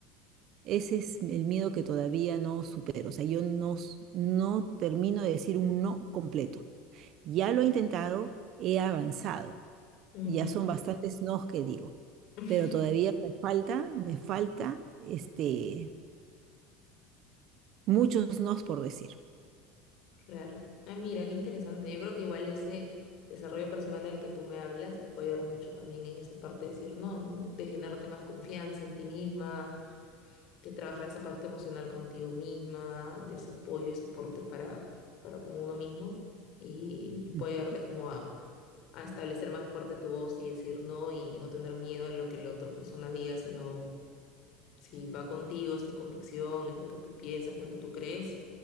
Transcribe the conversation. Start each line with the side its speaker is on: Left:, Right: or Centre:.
Right: Ese es el miedo que todavía no supero. O sea, yo no, s- no termino de decir un no completo. Ya lo he intentado, he avanzado.
Left: Ujú.
Right: Ya son bastantes nos que digo.
Left: <laughs>
Right: Pero todavía me falta, me falta este, muchos nos por decir.
Left: Claro. Ah, mira, qué interesante. Yo creo que igual ese desarrollo personal del que tú me hablas te puede ayudar mucho también en esa parte de decir no, ¿no? De generarte más confianza en ti misma, de trabajar esa parte emocional contigo misma, de ese apoyo y soporte para, para con uno mismo. Y, y puede
Right: Ujú.
Left: ayudarte como a, a establecer más fuerte tu voz y decir no y, no tener miedo de lo que la otra persona diga, sino si va contigo, es tu convicción, es lo que tú piensas, lo que tú crees,